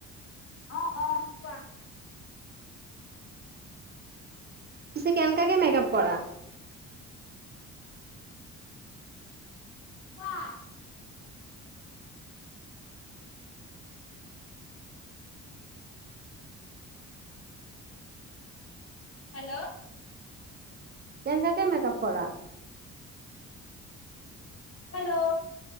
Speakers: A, on the left; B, on the right.
A: অ অ। কোৱা
B: পিছে কেনেকা কে মেকআপ কৰা?
A: কোৱা। হেল্ল'।
B: তেনেকাকে মেকআপ কৰা।
A: হেল্ল'।